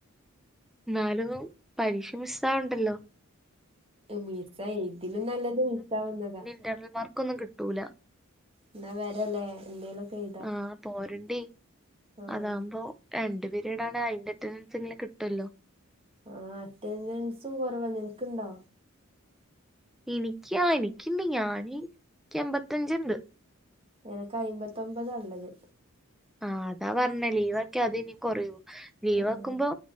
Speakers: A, in the centre; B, on the right.
A: ന്നാലും പരീക്ഷ മിസ്സാവണ്ടല്ലോ.
B: മിസ്സായി ഇതിലും നല്ലത് മിസ്സാവുന്നതാ.
A: ഇന്റെണൽ മാർ ക്കൊന്നും കിട്ടൂല്ല.
B: എന്നാ വരാല്ലെ എന്തേലൊക്കെ എഴു
A: ആഹ് പോരണ്ടി
B: ആഹ്
A: അതാവുമ്പോ. രണ്ടു പിരീടാണ് അയ്ന്റെ അറ്റൻഡൻസെങ്കിലും കിട്ടൊല്ലോ.
B: ആഹ് അറ്റൻഡൻസ്‌ കൊറവാ. നിനക്ക്ണ്ടോ?
A: എനിക്ക്യാ എനിക്കിണ്ട് ഞാന് എന്ക്ക് എമ്പത്തഞ്ച്ണ്ട്.
B: എനക്ക് അയ്മ്പത്തൊമ്പതാള്ളത്.
A: ആഹ് അതാ പർഞ്ഞെ ലീവാക്ക്യാ അത് ഇനി കൊറിയും ലീവാക്കുമ്പോ
B: ആഹ്